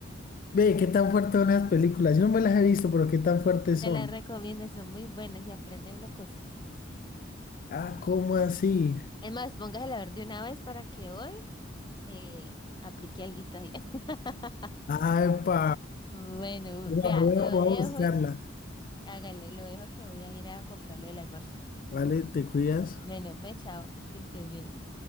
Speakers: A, on the left; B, on the left.
A: Ve, qué tan fuertes son las películas. Yo no me las he visto, pero qué tan fuertes
B: Te
A: son.
B: las recomiendo, son muy buenas y aprende una cosita.
A: Ah, ¿cómo así?
B: Es más, póngasela a ver de una vez para que hoy eh, aplique alguito ahí. <laughs>
A: Ay, pa.
B: Bueno,
A: Voy
B: vea, lo
A: a,
B: dejo,
A: voy a buscarla.
B: hágale, lo dejo que voy a ir a comprar lo del almuerzo.
A: Vale, te cuidas.
B: Bueno, pues chao, que estés bien.